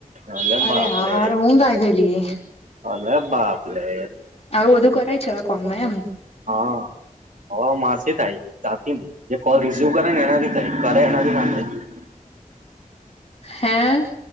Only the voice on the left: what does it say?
અરે
યાર ઊંઘ આવી ગયેલી
આવું બધું કરાય છે, હવે કોલમાં એમ.
હે?